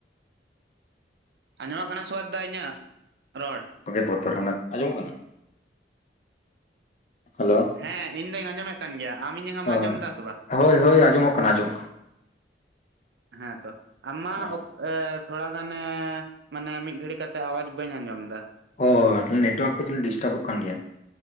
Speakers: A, on the right; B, on the left.
A: ᱟᱸᱡᱚᱢᱚᱜ ᱠᱟᱱᱟ ᱥᱮ ᱵᱟᱝ ᱫᱟ ᱤᱧᱟᱹᱜ ᱨᱚᱲ
B: <unintelligible> ᱟᱸᱡᱚᱢ ᱠᱟᱱᱟ᱾ ᱦᱮᱞᱳ
A: ᱦᱮᱸ ᱤᱧ ᱫᱚᱧ ᱟᱸᱚᱢᱮᱫ ᱠᱟᱱ ᱜᱮᱭᱟ ᱟᱢᱤ ᱤᱧᱟᱝ ᱟᱢ
B: ᱦᱳᱭ
A: ᱟᱸᱡᱚᱢ ᱫᱟ ᱥᱮ ᱵᱟᱝ
B: ᱦᱳᱭ ᱦᱳᱭ ᱟᱸᱡᱚᱢᱚᱜ ᱠᱟᱱᱟ ᱟᱸᱡᱚᱢᱚᱜ ᱠᱟᱱᱟ
A: ᱦᱮᱸ ᱛᱚ ᱟᱢᱟᱜ
B: ᱠᱟᱱᱟ
A: ᱛᱷᱚᱲᱟᱜᱟᱱᱮ ᱢᱟᱱᱮ ᱢᱤᱫ ᱜᱷᱟᱹᱲᱤ ᱠᱟᱛᱮᱜ ᱟᱣᱟᱡ ᱵᱟᱹᱧ ᱟᱸᱡᱚᱢ ᱮᱫᱟ
B: ᱚᱻ ᱛᱟᱦᱚᱞᱮ ᱱᱮᱴᱚᱣᱟᱨᱠ ᱠᱚ ᱡᱟᱹᱱᱤᱡ ᱰᱤᱥᱴᱟᱵᱚᱜ ᱠᱟᱱ ᱜᱮᱭᱟ᱾